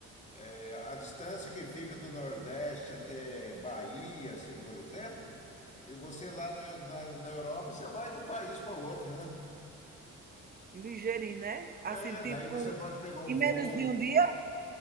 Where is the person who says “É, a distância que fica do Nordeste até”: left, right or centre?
Left